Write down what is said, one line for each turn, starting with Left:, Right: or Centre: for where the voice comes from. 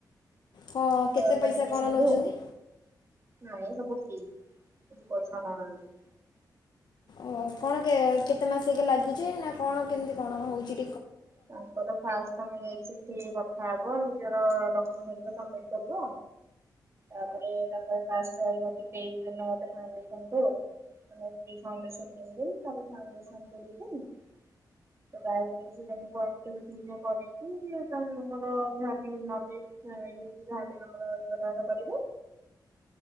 Left: ହଁ କେତେ
Right: ବରଦା
Left: ପଇସା
Right: ମେଡିସିନ
Left: କ'ଣ ନେଉଛନ୍ତି
Right: କୁ ନାଇ ସବୁ ଫ୍ରି। କିଛି ପଇସା ନେଉନାହାନ୍ତି।
Left: ଓ କଣ କେ କେତେ ମାସ ଲାଗୁଛି ନା କଣ କେମିତି କଣ ହଉଛି?
Right: ତାଙ୍କର ଫାଷ୍ଟ ତମେ ଯାଇକି ସେଠ ଟିକେ କଥା ହବ ନିଜର ଡକ୍ୟୁମେଣ୍ଟ ହେରୀକା ସମିଟ କରିବ ତାପରେ ତାଙ୍କର ଫାଷ୍ଟ ରହିବ କି ତେଇଶ ଦିନ ମୋଟେ ଫାଉଣ୍ଡେସନ କୁ। ପ୍ରି ଫାଉଣ୍ଡସନ ତିନିଦିନ ତାପ ଫାଉଣ୍ଡସନ କରିବାନି। ତ ତାଭିତରେ ସେ ତମେ ରାତିରୁ ଦିନ କରିଛି ତାହାଲେ ମୋର ଯଦି ନ ନେଇ ଇ ଯାହାବି ଗଣ୍ଡଗୋଳ ନିଜେ ତୋହର କରିବୁ।